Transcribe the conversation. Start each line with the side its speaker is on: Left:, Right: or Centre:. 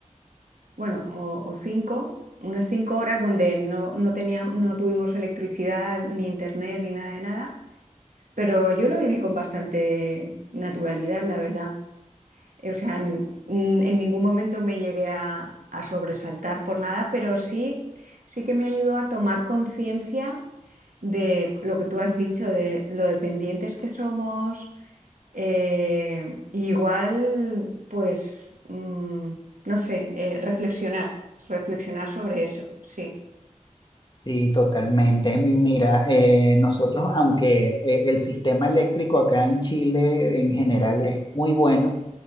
Right: bueno, o, o cinco, unas cinco horas donde no, no tenía- no tuvimos electricidad, ni internet, ni nada de nada, pero yo lo viví con bastante naturalidad, la verdad. O sea, en, en ningún momento me llegué a, a sobresaltar por nada, pero sí, sí que me ayudó a tomar conciencia de lo que tú has dicho, de lo dependientes que somos. eh, igual, pues, mm, no sé, eh, reflexionar, reflexionar sobre eso. Sí,
Left: sí, totalmente. Mira, eh, nosotros, aunque eh, el sistema eléctrico acá en Chile en general es muy bueno,